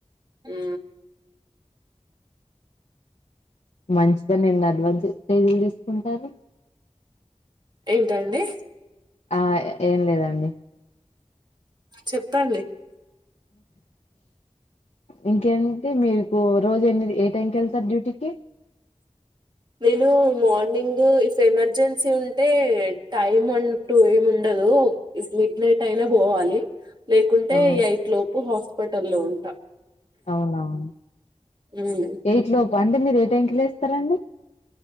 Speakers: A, on the right; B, on the left.
A: ఉ
B: మంచిదన ఎన్న అడ్వాస్ తేదీలు తీసుకుంటారు
A: ఏంటండి
B: ఆ ఏం లేదండి
A: చెప్పండి
B: ఇంకేంటి మీకు రోజు ఎన్నిది ఏ టైంకి వెళ్తారు డ్యూటీకి
A: నేను మార్నింగ్ ఇఫ్ ఎమర్జెన్సీ ఉంటే టైమ్ అంటూ ఏం ఉండదు ఇ మిడ్ నైట్ అయినా పోవాలి లేకుంటే
B: అవును
A: ఈ ఎయిట్ లోపు పటల్లో ఉంటా
B: అవునవును
A: హ్మ్
B: ఎయిట్ లో అంటే మీరు ఏ టైం కి లేస్తారండి